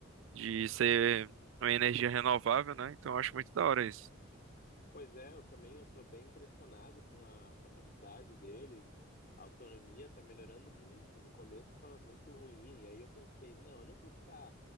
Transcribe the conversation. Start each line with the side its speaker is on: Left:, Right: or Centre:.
Right: de ser uma energia renovável, né? Então eu acho muito da hora isso.
Left: Pois é, eu também eu tô bem impressionado com a capacidade deles. A autonomia tá melhorando muito. No começo estava muito ruim, e aí eu pensei, não, eu não vou ficar